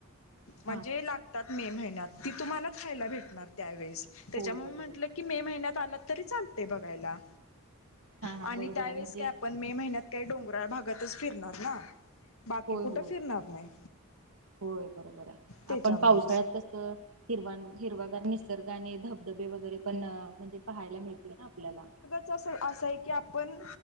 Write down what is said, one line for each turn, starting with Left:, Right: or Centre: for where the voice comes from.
Left: म्हणजे
Right: हा
Left: लाग तात मे महिन्यात, ती तुम्हाला खायला भेटणार त्यावेळेस त्याच्यामुळ
Right: होय बरोबर
Left: म म्हटलं कि मे महिन्यात आलात तरी चालतय बघायला
Right: हा हा
Left: आणि
Right: बरोबर
Left: त्यावेळीस
Right: आहे म्हणजे
Left: काय आपण मे महिन्यात काही डोंगराळ भागातच फिरणार ना? बाकी
Right: होय
Left: कुठे
Right: होय
Left: फिरणार नाही.
Right: होय बरोबर आहे,
Left: त्याच्यामुळेच
Right: आपण पावसाळ्यात कसं हिरवान हिरवागार निसर्ग आणि धबधबे, वगैरे पण म्हणजे पाहायला मिळतील ना आपल्याला.
Left: चस असं आहे की आपण